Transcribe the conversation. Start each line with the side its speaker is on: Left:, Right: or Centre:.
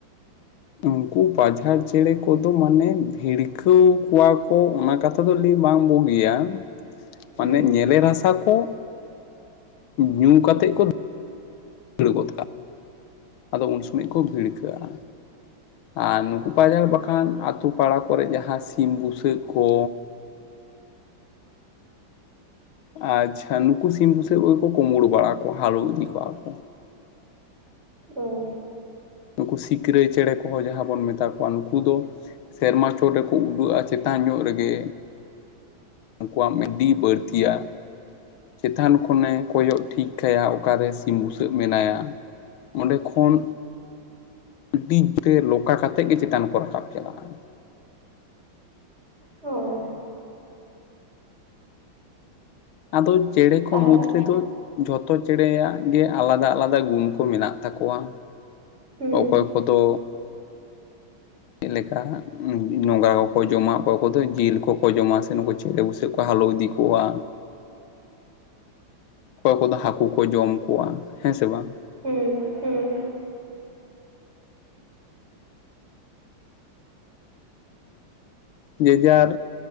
Left: ᱩᱱᱠᱩ ᱯᱟᱡᱷᱟᱲ ᱪᱮᱬᱮ ᱠᱚᱫᱚ ᱢᱟᱱᱮ ᱵᱷᱤᱲᱠᱟᱹᱣ ᱠᱚᱣᱟ ᱠᱚ ᱚᱱᱟ ᱠᱟᱛᱷᱟ ᱫᱚ ᱞᱟᱹᱭ ᱵᱟᱝ ᱵᱩᱜᱤᱭᱟ ᱢᱟᱱᱮ
Right: ᱦᱩᱸ
Left: ᱧᱮᱞᱮ ᱨᱟᱥᱟ ᱠᱚ ᱧᱩ ᱠᱟᱛᱮ ᱠᱚ ᱫᱟᱹᱲ ᱜᱚᱫ ᱠᱟᱜᱼᱟ ᱟᱫᱚ ᱩᱱ ᱥᱚᱢᱚᱭ ᱠᱚ ᱵᱷᱤᱲᱠᱟᱹᱜᱼᱟ᱾ ᱟᱨ ᱱᱩᱠᱩ ᱯᱟᱡᱷᱟᱲ ᱵᱟᱠᱷᱟᱱ ᱟᱛᱳ ᱯᱟᱲᱟ ᱠᱚᱨᱮ ᱡᱟᱦᱟᱸ ᱥᱤᱢ ᱵᱩᱥᱟᱹᱜ ᱠᱚ ᱟᱪᱪᱷᱟ ᱱᱩᱠᱩ ᱥᱤᱢ ᱵᱩᱥᱟᱹᱜ ᱠᱚᱜᱮ ᱠᱚ ᱠᱩᱢᱲᱩ ᱵᱟᱲᱟ ᱠᱚᱣᱟ ᱦᱟᱨᱩ ᱤᱫᱤ ᱠᱚᱣᱟ ᱠᱚ᱾
Right: ᱚ
Left: ᱱᱩᱠᱩ ᱥᱤᱠᱨᱟᱹᱭ ᱪᱮᱬᱮ ᱠᱚᱦᱚᱸ ᱡᱟᱦᱟ ᱵᱚᱱ ᱢᱮᱛᱟ ᱠᱚᱣᱟ ᱱᱩᱠᱩ ᱫᱚ ᱥᱮᱨᱢᱟ ᱪᱚᱴ ᱨᱮᱠᱚ ᱩᱰᱟᱹᱜᱼᱟ ᱪᱮᱛᱟᱱ ᱧᱚᱜ ᱨᱮᱜᱮ᱾ ᱱᱠᱩᱣᱟᱜ ᱢᱤᱰᱤ ᱵᱟᱹᱲᱛᱤᱭᱟ ᱪᱮᱛᱟᱱ ᱠᱷᱚᱱᱮ ᱠᱚᱭᱚᱜ ᱴᱷᱤᱠ ᱠᱟᱭᱟ ᱚᱠᱟᱨᱮ ᱥᱤᱢ ᱵᱩᱥᱟᱹᱜ ᱢᱮᱱᱟᱭᱟ ᱚᱸᱰᱮ ᱠᱷᱚᱱ ᱟᱹᱰᱤ ᱛᱮ ᱞᱚᱠᱟ ᱠᱟᱛᱮᱜ ᱜᱮ ᱪᱮᱛᱟᱱ ᱠᱚ ᱨᱟᱠᱟᱵ ᱪᱟᱞᱟᱜᱼᱟ
Right: ᱚ
Left: ᱟᱫᱚ ᱪᱮᱬᱮ ᱠᱚ
Right: ᱛᱟᱦᱚᱞᱮ
Left: ᱢᱩᱫᱽ ᱨᱮᱫᱚ ᱡᱚᱛᱚ ᱪᱮᱬᱮᱭᱟᱜ ᱜᱮ ᱟᱞᱟᱫᱟ ᱟᱞᱟᱫᱟ ᱜᱩᱱ ᱠᱚ ᱢᱮᱱᱟᱜ ᱛᱟᱠᱚᱣᱟ
Right: ᱦᱩᱸ
Left: ᱚᱠᱚᱭ ᱠᱚᱫᱚ ᱪᱮᱫ ᱞᱮᱠᱟ ᱱᱚᱝᱟ ᱠᱚᱠᱚ ᱡᱚᱢᱟ ᱚᱠᱚᱭ ᱠᱚᱫᱚ ᱡᱤᱞ ᱠᱚᱠᱚ ᱡᱚᱢᱟ ᱥᱮ ᱱᱩᱠᱩ ᱪᱮᱞᱮ ᱵᱩᱥᱟᱹᱜ ᱠᱚ ᱦᱟᱞᱳ ᱤᱫᱤ ᱠᱚᱣᱟ ᱚᱠᱚᱭ ᱠᱚᱫᱚ ᱦᱟᱠᱳ ᱠᱚ ᱡᱚᱢ ᱠᱚᱣᱟ ᱦᱮᱸ ᱥᱮ ᱵᱟᱝ?
Right: ᱦᱮᱸ ᱦᱮᱸ
Left: ᱡᱮᱡᱟᱨ